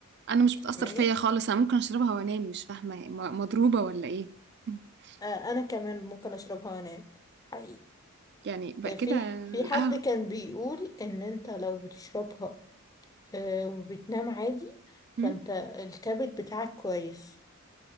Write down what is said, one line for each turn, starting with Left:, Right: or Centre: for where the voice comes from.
Right: أنا مش
Left: فاهماني
Right: بتأثر فيا خالص أنا ممكن أشربها وأنام مش فاهمة م- مضروبة ولا إيه <laughs>
Left: أه انا كمان ممكن اشربها وانام حقيقي
Right: يعني بقى
Left: آه،
Right: كده
Left: في في
Right: القهوة
Left: حد كان بيقول ان انت لو بتشربها آه، وبتنام عادي فانت
Right: إمم.
Left: الكبد بتاعك كويس